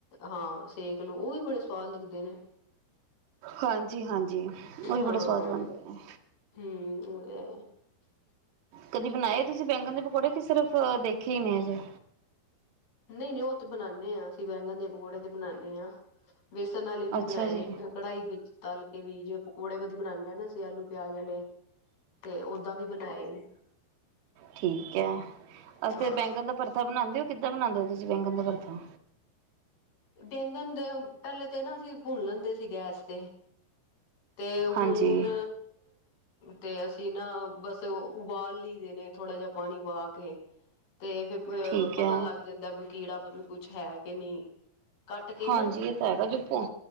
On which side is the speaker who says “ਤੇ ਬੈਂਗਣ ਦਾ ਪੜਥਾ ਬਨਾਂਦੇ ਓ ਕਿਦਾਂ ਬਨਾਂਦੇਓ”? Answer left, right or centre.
Right